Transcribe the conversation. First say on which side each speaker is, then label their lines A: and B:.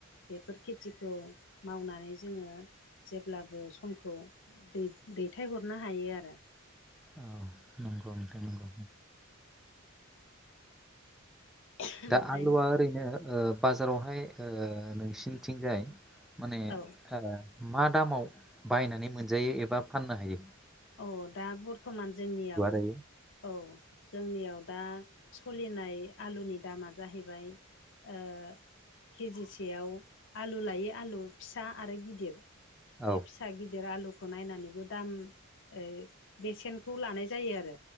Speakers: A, on the left; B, in the centre.
A: बेफोर खेथिखौ मावनानै जोङो जेब्लाबो समखौ दै दैथायहरनो हायो आरो
B: औ नंगौ नोंथां नंगौ
A: ओमफ्राय
B: दा आलुआ ओरैनो ओ बाजारावहाय ओ नोंसिनिथिंजाय माने ओ
A: औ
B: मा दामाव बायनानै मोनजायो एबा फाननो हा यो?
A: औ दा बर्थ'मान जोंनियाव
B: दायो
A: औ जोंनियाव दा सलिनाय आलुनि दामा जाहैबाय ओ केजिसेयाव आलु लायै आलु फिसा आरो गिदिर
B: औ
A: बे फिसा फिसा गिदिर आलुखौ नायनानैबो दाम ओ बेसेनखौ लानाय जायो आरो